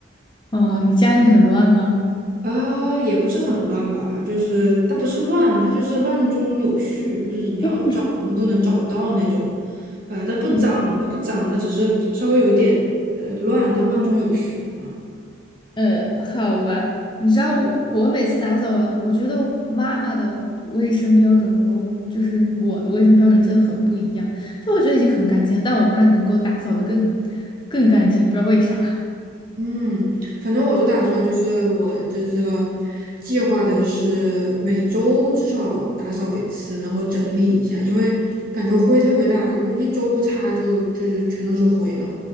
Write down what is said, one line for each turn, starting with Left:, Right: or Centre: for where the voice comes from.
Left: 哦，你家里很乱呢。
Right: 啊，也不是很乱吧，就是它不是乱，它就是乱中有序，就是你要找什么都能找得到那种。
Left: <laughs>
Right: 呃，它不脏，
Left: 嗯
Right: 它不脏，它只是稍微有一点呃乱，但乱中有序啊。
Left: 呃，好吧，你知道我，我每次打扫完，我觉得我妈妈的卫生标准和我就是我的卫生标准真的很不一样。就我觉得已经很干净了，但我妈能够打扫的更更干净，不知道为啥。
Right: 嗯，反正我是打算，就是我就是这个计划的是每周至少打扫一次，然后整理一下，因为感觉灰特别大，就是一周不擦就就是全都是灰了。